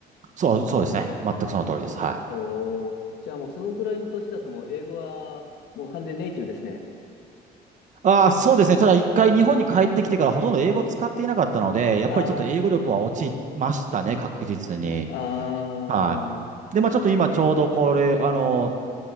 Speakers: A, on the right (about 45°); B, on the left (about 80°).
A: そう、そうですね。全くその通りです。はい。
B: おおじゃあもうそのぐらいの年だともう英語はもう完全ネイティブですね。
A: ああ、そうですね。ただ一回日本に帰ってきてからほとんど英語使っていなかったので、やっぱりちょっと英語力は落ちましたね、
B: あ
A: 確実に。
B: あ、ああ、
A: はい。で、まあちょっと今ちょうどこれ、あの、